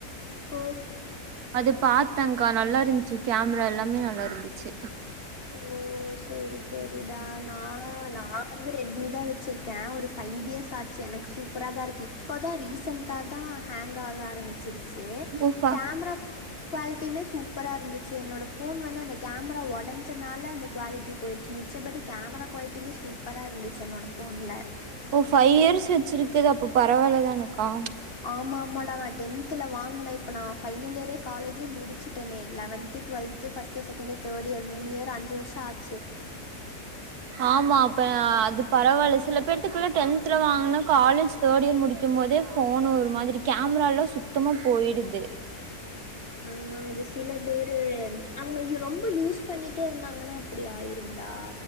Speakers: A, on the left; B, on the right.
A: ஓ.
B: அது பாத் த்தேக்கா நல்லா இருந்துச்சு கேமரா எல்லாமே நல்லா இருந்துச்சு
A: ஓ சேரி சேரிடா நானு நா வந்து ரெட்மி தா வச்சிருக்ககே ஒரு ஃபைவ் இயர்ஸ் ஆச்சு எனக்கு சூப்பரா தா இருக்கு இப்போதா ரீசெண்ட்டா தா ஹேங் ஆக ஆரம்பிச்சிரு சு
B: ஓ ஃப
A: கேமரா குவாலிட்டியுமே சூப்பரா இருந்துச்சு என்னோட போன் வந்து அந்த கேமரா ஒடஞ் ச்சனாள அந்த குவாலிட்டி போயிருச்சு மிச்சபடி கேமரா குவாலிட்டியுமே சூப்பரா இருந்துச்சி என்னோட போன்ல
B: ஓ ஃபைவ் இயர்ஸ் வச்சிருக்கது அப்ப பரவால்ல தான கா
A: ஆமா ஆமாடா நா டென்த்ல வாங்குனே இப்ப நா பைனல் இயரே காலேஜே முடிச்சுட்டேனே eleventh twelfth first year second year third year மூணு இயர் அஞ்சு வருஷம் ஆச்
B: ஆமா அப்ப அது பரவால்ல சில பேத்துக்குளா டென்த்ல வாங்குன காலேஜ் தேர்ட் இயர் முடிக் த்தும் போதே போன் ஒரு மாதிரி கேமரால சுத்தமா போயிடுது
A: ஆ அது சில பேரு அவங்க ரொம்ப யூஸ் பண்ணிட்டே இருந்தாங்கன்னா அப்டி ஆயிரும்டா